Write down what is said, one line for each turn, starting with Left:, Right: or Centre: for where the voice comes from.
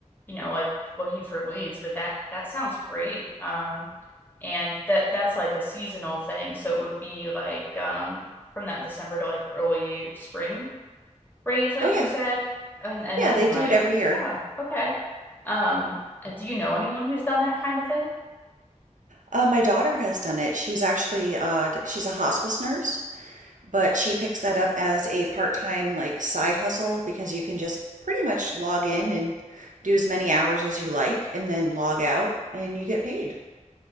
Left: you know, like looking for leads, but that that sounds great. Um and that that's like a seasonal thing. So it would be like um from that December to like early spring range, like
Right: Oh yeah,
Left: you said, and and
Right: yeah,
Left: then
Right: they
Left: like,
Right: do it every year.
Left: yeah, okay. Um, do you know anyone who's done that kind of thing?
Right: Uh, my daughter has done it. She's actually uh, she's a hospice nurse, but she picks that up as a part-time like side hustle because you can just pretty much log in and do as many hours as you like, and then log out, and you get paid.